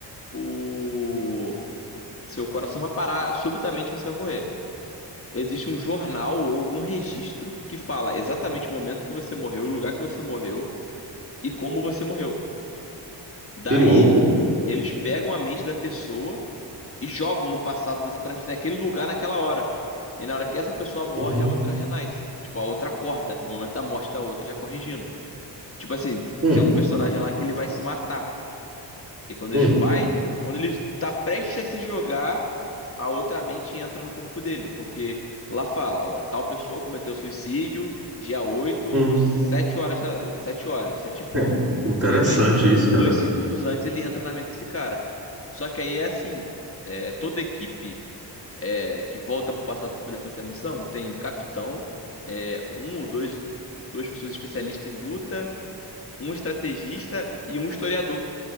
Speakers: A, on the left; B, on the right.
A: por Seu coração vai parar, subitamente você vai morrer. Existe um jornal ou algum registro que fala exatamente o momento que você morreu, o lugar que você morreu e como você morreu. Daí,
B: Que louco.
A: eles pegam a mente da pessoa e jogam no passado exatamente naquele lugar, naquela hora. E na hora que essa pessoa morre,
B: Uhum.
A: a outra renasce. É tipo, a outra acorda no momento da morte da outra, já corrigindo. Tipo assim,
B: Hum.
A: tem um personagem lá que ele vai se matar. E quando
B: Hum.
A: ele vai, quando ele tá prestes a se jogar. a outra mente entra no corpo dele, porque lá fala, ó, tal pessoa cometeu suicídio dia oito
B: Hum.
A: 7 horas, da- 7 horas, 7 em ponto.
B: <laughs> É. Interessante
A: Ele vai,
B: isso, cara.
A: dois segundos antes ele entra na mente desse cara. Só que aí é assim, é, toda equipe é, que volta pro passado para poder fazer essa missão, tem o capitão, é, um ou dois, duas pessoas especialistas em luta, um estrategista e um historiador.